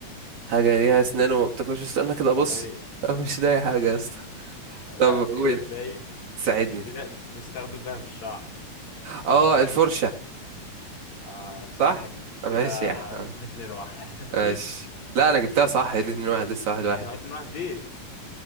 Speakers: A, on the right; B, on the left.
A: حاجة ليها أسنان وما بتاكلش استنى كده أبص
B: اي
A: أنا مش لاقي حاجة يا اسطى
B: لا
A: طب
B: في
A: قول
B: هتلاقي
A: ساعدني
B: بتلاقي بنستخدم بها في الشعر
A: اه الفرشة
B: آه صح
A: صح
B: كده
A: ماشي
B: كده
A: يا
B: <laughs>
A: عم.
B: اتنين واحد
A: ماشي لا انا جبتها صح ايه الاتنين واحد لسه واحد
B: <laughs>
A: واحد
B: يعني اتنين واحد ليك